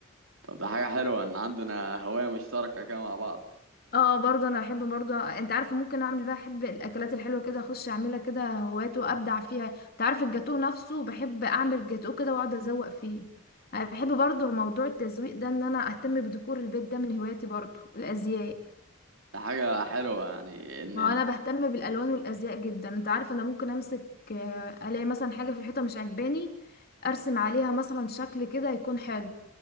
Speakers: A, on the right; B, on the left.
A: طب ده حاجة حلوة إن عندنا هواية مشتركة كده مع بعض
B: اه برضو انا بحب برضو انت عارفه ممكن اعمل بقى احب الاكلات الحلوه كده اخش اعملها كده هوايات وابدع فيها انت عارف الجاتو نفسه بحب اعمل جاتو كده واقعد ازوق فيه انا بحب برضو موضوع التزويق ده ان انا اهتم بديكور البيت ده من هواياتي برضو الازياء
A: ده حاجة حلوة يعني ان
B: ما
A: ال-
B: هو انا بهتم بالالوان والازياء جدا انت عارف انا ممكن امسك آه، الاقي مثلا حاجه في الحيطه مش عاجباني ارسم عليها مثلا شكل كده يكون حلو